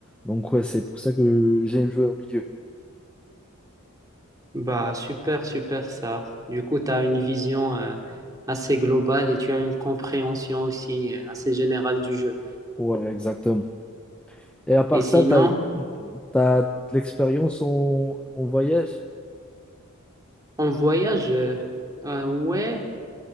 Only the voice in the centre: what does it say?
Donc, ouais, c'est pour ça que j'aime jouer au milieu.
Ouais, exactement. Et à part
ça, t'as, t'as de l'expérience en, en voyage?